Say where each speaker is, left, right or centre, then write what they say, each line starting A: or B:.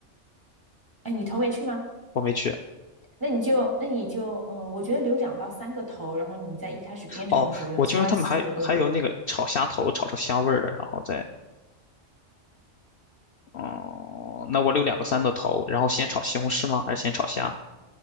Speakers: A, on the right; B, on the left.
A: 哎，你头没去吗？
B: 我没去。
A: 那你就，那你就，嗯，我觉得留两到三个头，然后你在一开始煸炒的时候用，
B: 哦，我听说他们还还有那个炒虾头，
A: 其他几个都丢了，
B: 炒出香味儿的，然后再嗯，那我留两个三的头，然后先炒西红柿吗？还是先炒虾，